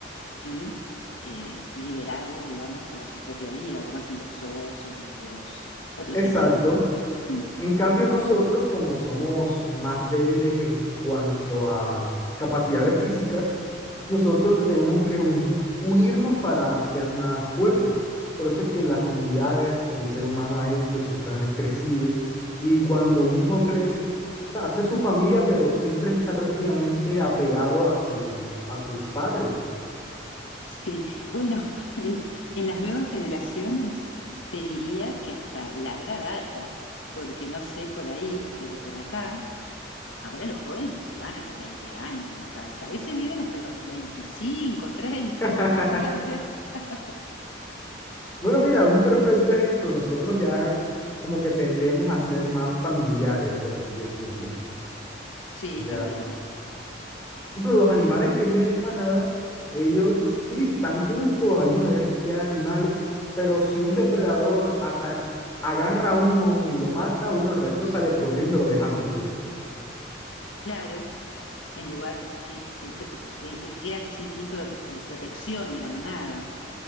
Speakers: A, on the left; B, on the left.
A: y eh, liberarlos, digamos, para su propia vida, como hacen los osos, los, los otros
B: exacto.
A: animales. Mm.
B: En cambio, nosotros, como somos más débiles en cuanto a capacidades físicas, nosotros tenemos que un- unirnos para ser más fuertes. Por eso es que las comunidades que el ser humano ha hecho siempre han crecido. Y cuando un hijo crece, o sea, hace su familia, pero siempre está prácticamente apegado a su, a sus padres.
A: Sí, bueno, <laughs> en, en las nuevas generaciones te diría que hasta larga data, porque no sé por ahí, pero por acá, ahora los jóvenes no se van a los 20 años de la casa, a veces viven hasta los 25, 30
B: <laughs>
A: con los padres. <laughs>
B: Bueno, mira, un perfecto ejemplo. Nosotros ya como que tendemos a ser más familiares, por así decirlo.
A: Sí,
B: Ya.
A: también,
B: Por ejemplo, los animales que viven en manada, ellos sí están juntos, hay una gran cantidad de animales, pero si un depredador ata- agarra a uno y lo mata, bueno, el resto sale corriendo, lo deja morir.
A: claro, en lugar, sí, sí, pe- eh, eh, queda ese instinto de, de protección de la manada.